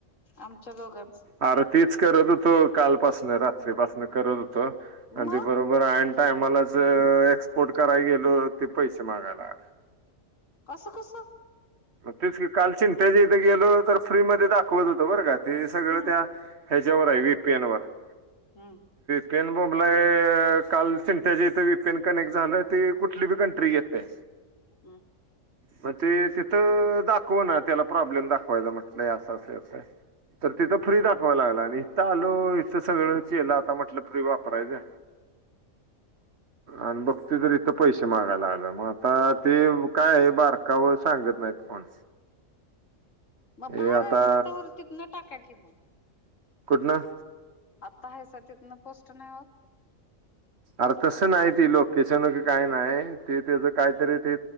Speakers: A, on the left; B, on the right.
A: आमच्या दोघां
B: आरं तीच करत होतो कालपासन रात्रीपासन करत होतो आणि
A: मग
B: ते बरोबर ऐनटाइम मला ज एक्सपोर्ट कराय गेलो ते पैसे मागायला आला
A: असं कसं
B: मग तेच कि काल चिंट्याच्या इथं गेलो तर फ्री मध्ये दाखवत होतं बरं का ते सगळं
A: हम्म
B: त्या ह्याच्यावर आहे <unintelligible>
A: हम्म
B: पेन बोंबलाय काल चिंट्याच्या हिथं बी कनेक्ट झालं ती कुठली बी कंट्री येतंय
A: हम्म
B: बर ते दाखवना त्याला प्रॉब्लेम दाखवायचा मग <unintelligible> तर तिथं फ्री दाखवा लागलाय आणि आलो
A: हम्म
B: इथं सगळं त्याला आता म्हटलं फ्री वापरायचं. आणि बघतो तर इथं पैसे मागाय लागले मग आता ते काय ए <unintelligible> सांगत नाहीत. कोण
A: मग
B: हे
A: बाहेर
B: आता
A: हायसा तवर तिथनं टाक कर की म
B: कुठनं?
A: आत्ता आहेसा तिथनं पोस्ट नाही होत?
B: अरं तसं नाय
A: अपलोड
B: ती लोकेशन वेग काही नाही ते त्याच काहीतरी ते